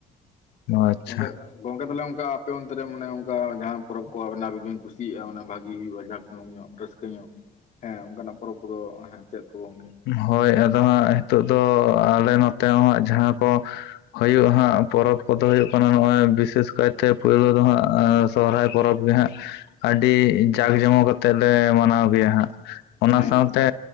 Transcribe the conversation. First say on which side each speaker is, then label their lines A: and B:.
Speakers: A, on the left (about 80°); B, on the left (about 45°).
A: ᱟᱪᱪᱷᱟ
B: ᱜᱚᱝᱠᱮ ᱜᱚᱝᱠᱮ ᱛᱟᱦᱞᱮ ᱚᱱᱠᱟ ᱟᱯᱮ ᱚᱱᱛᱮ ᱨᱮ ᱢᱟᱱᱮ ᱚᱝᱠᱟ ᱡᱟᱦᱟᱸ ᱯᱚᱨᱚᱵᱽ ᱠᱚ ᱟᱵᱤᱱᱟ ᱵᱤᱱ ᱠᱩᱥᱤᱭᱟᱜᱼᱟ ᱢᱟᱱᱮ ᱵᱷᱟᱹᱜᱤ ᱦᱩᱭᱩᱜᱼᱟ ᱡᱟᱼᱼ ᱧᱩᱢ ᱧᱚᱜ ᱨᱟᱹᱥᱠᱟᱹ ᱧᱚᱜ ᱦᱮᱸ ᱚᱱᱠᱟᱱᱟᱜ ᱯᱚᱨᱚᱵᱽ ᱠᱚᱫᱚ ᱦᱮᱸ ᱪᱮᱫ ᱠᱚ ᱜᱚᱝᱠᱮ?
A: ᱦᱳᱭ ᱟᱫᱚ ᱦᱟᱸᱜ ᱱᱤᱛᱚᱜ ᱫᱚ ᱟᱞᱮ ᱱᱚᱛᱮ ᱦᱚᱸ ᱡᱟᱦᱟᱸ ᱠᱚᱼᱼ ᱦᱩᱭᱩᱜᱼᱟ ᱦᱟᱸᱜ ᱯᱚᱨᱚᱵᱽ ᱠᱚᱫᱚ ᱦᱩᱭᱩᱜ ᱠᱟᱱᱟ ᱱᱚᱜᱼᱚᱭ ᱵᱤᱥᱮᱥ ᱠᱟᱭᱛᱮ ᱯᱳᱭᱞᱳ ᱫᱚ ᱦᱟᱸᱜᱼᱼ ᱥᱚᱨᱦᱟᱭ ᱯᱚᱨᱚᱵᱽ ᱜᱮ ᱦᱟᱸᱜ ᱟᱰᱤ ᱡᱟᱸᱠ ᱡᱚᱢᱚᱠ ᱟᱛᱮᱫ ᱞᱮ ᱢᱟᱱᱟᱣ ᱜᱮᱭᱟ ᱦᱟᱸᱜ᱾ ᱚᱱᱟ
B: ᱦᱮᱸ
A: ᱥᱟᱶᱛᱮ
B: ᱦᱮᱸ